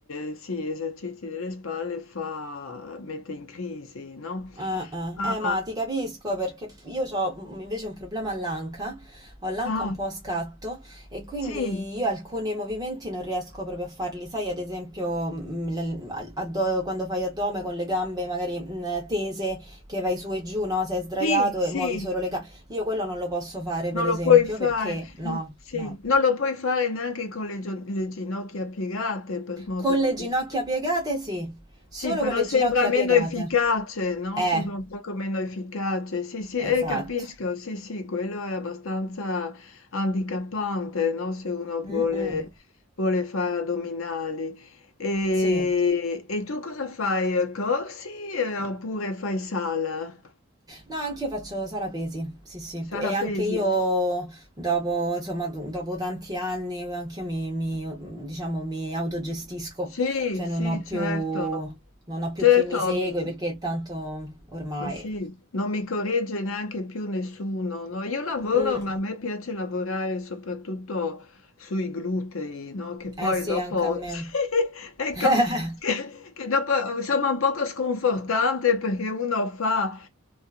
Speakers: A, on the left; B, on the right.
A: eh, sì, esercizi delle spalle fa, mette in crisi, no?
B: Eh,
A: Ma
B: eh, eh, ma ti capisco perché io ho invece un problema all'anca, ho l'anca
A: ah,
B: un po' a scatto e quindi
A: sì,
B: io alcuni movimenti non riesco proprio a farli, sai, ad esempio mm, l- al- addo- quando fai addome con le gambe magari mm, tese che vai su e giù, no? Sei sdraiato
A: sì, sì,
B: e muovi solo le gambe, io quello non lo posso fare
A: non
B: per esempio
A: lo puoi fare,
B: perché no,
A: mm, sì,
B: no.
A: non lo puoi fare neanche con le, gio- le ginocchia piegate, per modo
B: Con
A: di
B: le ginocchia
A: dire.
B: piegate sì, solo
A: Sì, però
B: con le
A: sembra
B: ginocchia
A: meno
B: piegate.
A: efficace, no,
B: Eh,
A: sembra un poco meno efficace. Sì, sì,
B: esatto.
A: eh, capisco, sì, sì, quello è abbastanza handicappante, no, se uno vuole,
B: Mm-mm,
A: vuole fare addominali. E,
B: Sì.
A: e tu cosa fai? eh, Corsi, eh, oppure fai sala?
B: No, anch'io faccio sala pesi, sì, sì, Pu-
A: Sala
B: e anche
A: pesi?
B: io dopo, insomma, do- dopo tanti anni, anch'io mi, mi, diciamo, mi autogestisco,
A: Sì,
B: cioè
A: sì,
B: non ho più,
A: certo.
B: non ho più
A: Certo,
B: chi mi segue
A: mm,
B: perché tanto ormai...
A: Ma sì, non mi corregge neanche più nessuno, no? Io lavoro,
B: Mm,
A: ma a me piace lavorare soprattutto sui glutei, no? Che poi
B: eh sì,
A: dopo,
B: anche a me.
A: <laughs> sì, ecco,
B: <laughs>
A: che, che dopo insomma è un poco sconfortante perché uno fa